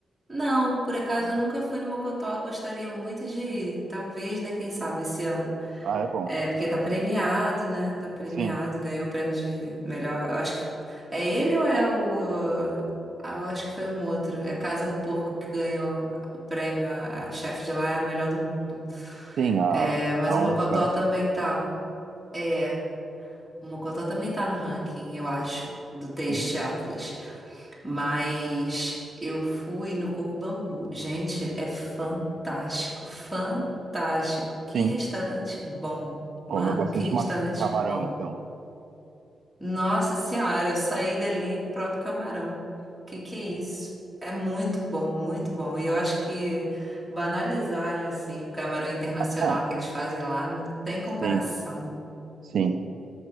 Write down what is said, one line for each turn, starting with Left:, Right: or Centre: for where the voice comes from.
Centre: Não, por acaso
Right: né?
Centre: eu nunca fui no Mocotó, eu gostaria muito de ir. Talvez, né? Quem sabe esse ano.
Right: Ah, é bom.
Centre: É, porque tá premiado, né? Tá premiado,
Right: Sim,
Centre: ganhou o prêmio de melhor. Eu acho que. É ele ou é o. Ah, eu acho que foi um outro. É Casa do Porco que ganhou o prêmio. A, a chefe de lá é a melhor do mundo.
Right: sim, a,
Centre: É, mas
Right: a
Centre: o Mocotó
Right: onça, né?
Centre: também tá. É, o Mocotó também tá no ranking, eu acho, do Taste
Right: Uhum.
Centre: Atlas. Mas eu fui no Coco Bambu. Gente, é fantástico, fantástico. Que
Right: Sim,
Centre: restaurante bom.
Right: comeu
Centre: Mano,
Right: bastante
Centre: que restaurante
Right: ma- camarão,
Centre: bom.
Right: então.
Centre: Nossa senhora, eu saí dali próprio camarão. Que que é isso? É muito bom, muito bom. E eu acho que banalizaram assim o camarão internacional
Right: Ah,
Centre: que eles fazem lá, não tem
Right: sim,
Centre: comparação.
Right: sim.